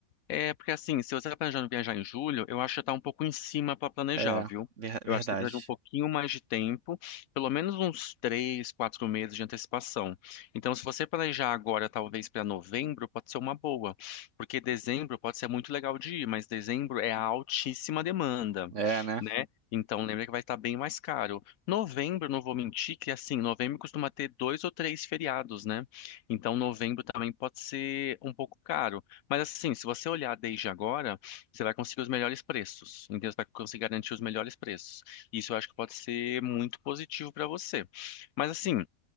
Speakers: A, on the left (about 75°); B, on the right (about 60°).
A: É, porque assim, se você tá planejando viajar em julho, eu acho que tá um pouco em cima para planejar,
B: É,
A: viu?
B: ver-
A: Eu
B: verdade.
A: acho que você precisa de um pouquinho mais de tempo, pelo menos uns três, quatro meses de antecipação. Então, se você planejar agora, talvez para novembro, pode ser uma boa, porque dezembro pode ser muito legal de ir, mas dezembro é a altíssima demanda,
B: É, né?
A: né? Então, lembra que vai estar bem mais caro. Novembro, não vou mentir, que assim, novembro costuma ter dois ou três feriados, né? Então, novembro também pode ser um pouco caro. Mas assim, se você olhar desde agora, você vai conseguir os melhores preços. Então você vai conseguir garantir os melhores preços. Isso eu acho que pode ser muito positivo para você. Mas assim,